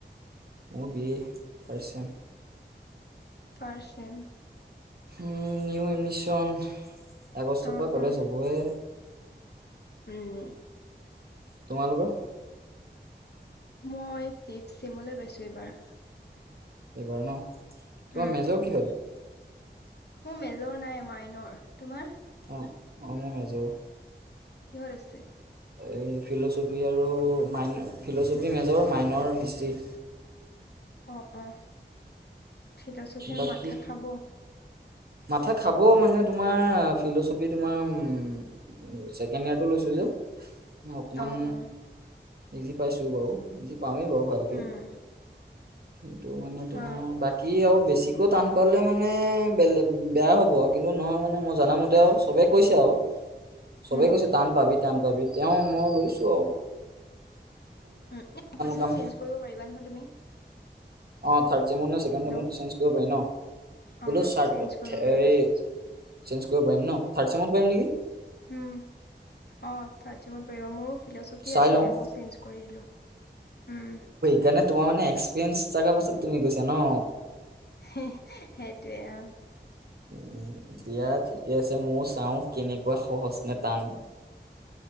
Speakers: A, on the right (about 60°); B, on the left (about 65°).
A: মোৰ B A first sem.
B: First sem
A: um, new admission আগষ্টৰ
B: অ
A: পৰা কলেজ
B: অ
A: হ'বহে।
B: উম।
A: তোমালোকৰ
B: মই ফিফ্ ছেমলে পাইছো এইবাৰ।
A: এইবাৰ ন, তোমাৰ
B: উম
A: মেজৰ কি হত?
B: মোৰ মেজৰ নাই মাইনৰ, তোমাৰ?
A: অহ অহ মোৰ মেজৰ
B: কিহত আছে।
A: এই ফিল'চফি আৰু main philosophy major minor history.
B: অ, অ ফিলচফিয়ে
A: বাকী
B: মাথা খাব।
A: মাথা খাব মানে তোমাৰ ফিলচফি তোমাৰ উ। ছেকেণ্ড ইয়াৰ টো লৈছো যে। ম অকমান
B: অ অ
A: ইজি পাইছো বাৰু ইজি পাওঁৱেই বাৰু ভাল। কী
B: উম
A: কিন্তু মানে তোমাৰ।
B: অ
A: কি আৰু বেছিকৈ টান পালে মানে বেলেপ বেয়া হ'ব। কিন্তু নহয় মানে মই জনামতে আও চবেই কৈছে আও চবেই
B: উম
A: কৈছে টান। পাবি টান পাবি তেওঁ মই লৈছো আও।
B: উম ইয়াৰ পাছত
A: কাম
B: চেঞ্জ কৰিব পাৰিবা নহয় তুমি।
A: অ থাৰ্ড চেমেত নে ছেকেণ্ড
B: হেল্ল'
A: চেমত চেঞ্জ কৰিব পাৰি ন।
B: অ
A: বোলো চাট
B: চেঞ্জ কৰিব
A: থে হেৰি
B: পাৰিবা
A: চেঞ্জ কৰিব পাৰিম ন থাৰ্ড চেমত পাৰিম নেকি।
B: উ অ থাৰ্ড চমত পৰিবা মোৰো ফিলচফি
A: চাই
B: আছিলে
A: লওঁ
B: মই চেঞ্জ কৰি দিলোঁ। উম।
A: যেনে তোমাৰ মানে একসেৰিেঞ্চ থকা পাছত তুমি কৈছা ন।
B: সেইটোৱে আও।
A: উ দিয়া ঠিকে আছে ময়ো চাও কেনেকুৱা সহজ নে টান।